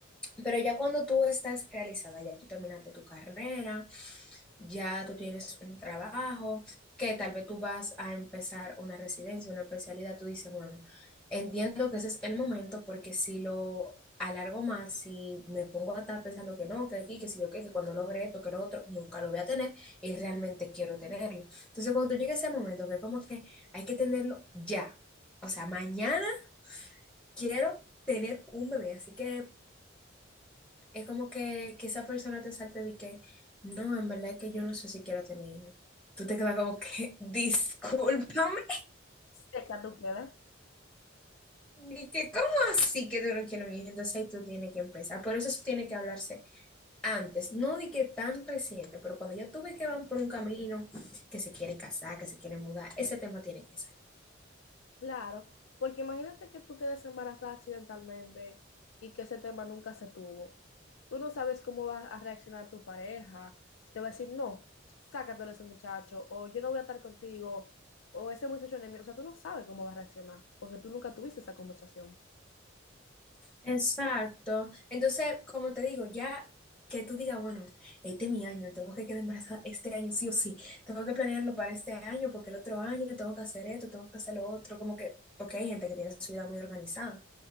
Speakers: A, in the centre; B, on the left.
A: Pero ya cuando tú estás realizada, ya tú terminaste tu carrera, ya tú tienes un trabajo, que tal vez tú vas a empezar una residencia, una especialidad, tú dices, bueno, entiendo que ese es el momento porque si lo alargo más, si me pongo a estar pensando que no, que aquí, que si yo qué, que cuando logre esto, que lo otro, nunca lo voy a tener y realmente quiero tenerlo. Entonces, cuando tú llegues a ese momento, que como que hay que tenerlo ya, o sea, mañana quiero tener un bebé, así que es como que, que esa persona te salte de que, no, en verdad es que yo no sé si quiero tener hijos. Tú te quedas como que, <laughs> discúlpame,
B: ¿Qué edad tú crees?
A: y que, ¿cómo así que tú no quieres un hijo? Entonces ahí tú tienes que empezar. Por eso eso tiene que hablarse antes, no de que tan reciente, pero cuando ya tú ves que van por un camino, que se quieren casar, que se quieren mudar, ese tema tiene que salir.
B: Claro, porque imagínate que tú quedes embarazada accidentalmente y que ese tema nunca se tuvo. Tú no sabes cómo va a reaccionar tu pareja, si te va a decir, no, sácatelo a ese muchacho, o yo no voy a estar contigo, o ese muchacho enemigo. O sea, tú no sabes cómo va a reaccionar, porque tú nunca tuviste esa conversación.
A: Exacto. Entonces, como te digo, ya que tú digas, bueno, este es mi año, tengo que quedar embarazada este año sí o sí, tengo que planearlo para este año porque el otro año tengo que hacer esto, tengo que hacer lo otro, como que, porque hay gente que tiene su vida muy organizada